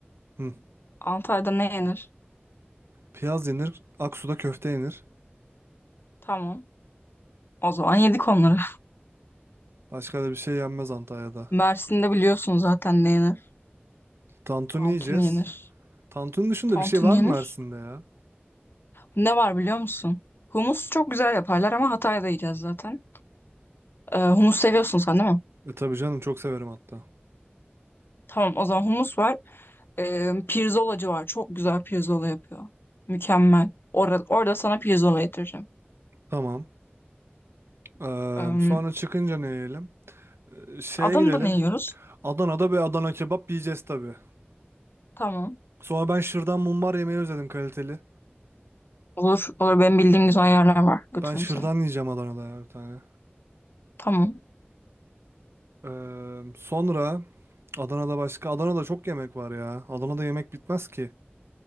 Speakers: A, on the right; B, on the left.
A: Hı.
B: Antalya'da ne yenir?
A: Piyaz yenir, Aksu'da köfte yenir.
B: Tamam. O zaman yedik onları.
A: Başka da bir şey yenmez Antalya'da.
B: Mersin'de biliyorsun zaten ne yenir.
A: Tantuni
B: Tantuni
A: yiyeceğiz.
B: yenir.
A: Tantuni dışında
B: Tantuni
A: bir şey var mı
B: yenir.
A: Mersin'de ya?
B: Ne var biliyor musun? Humus çok güzel yaparlar ama Hatay'da yiyeceğiz zaten. Ee, humus seviyorsun sen değil mi?
A: E tabii canım çok severim hatta.
B: Tamam o zaman humus var. Ee, pirzolacı var. Çok güzel pirzola yapıyor. Mükemmel. Orada, orada sana pirzola getireceğim.
A: Tamam. Eee,
B: Ee,
A: sonra çıkınca ne yiyelim? E, Şeye
B: Adana'da
A: gidelim.
B: ne yiyoruz?
A: Adana'da bir Adana kebap yiyeceğiz tabii.
B: Tamam.
A: Sonra ben şırdan mumbar yemeyi özledim kaliteli.
B: Olur. Olur. Benim bildiğim güzel yerler var. Götürürüm
A: Ben şırdan
B: seni.
A: yiyeceğim Adana'da ya bir tane.
B: Tamam.
A: Ee, sonra Adana'da başka Adana'da çok yemek var ya. Adana'da yemek bitmez ki.